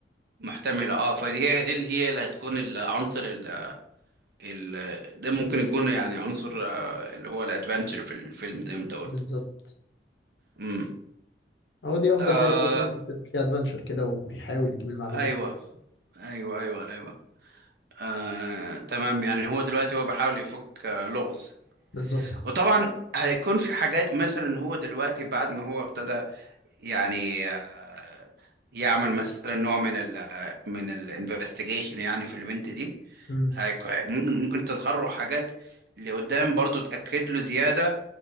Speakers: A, on the right; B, on the left.
A: محتملة اه فدي هي دي اللي هي اللي هتكون العنصر ال... ال... ده ممكن يكون يعني عنصر آه، اللي هو الادفنتشر في الفيلم زي ما انت قلت
B: بالظبط
A: امم
B: هو دي افضل
A: آه
B: حاجه تبقى فعلا في الفيلم فيها ادفنتشر كده وبيحاول يجيب المعلومه
A: ايوه ايوه ايوه ايوه آه تمام يعني هو دلوقتي هو بيحاول يفك آه لغز
B: بالظبط
A: وطبعا هيكون في حاجات مثلا هو دلوقتي بعد ما هو ابتدى يعني آه يعمل مثلا نوع من ال آه، من الانفستيجيشن يعني في البنت دي
B: امم
A: هيك- ممكن ممكن تظهر له حاجات لقدام برضو تأكد له زيادة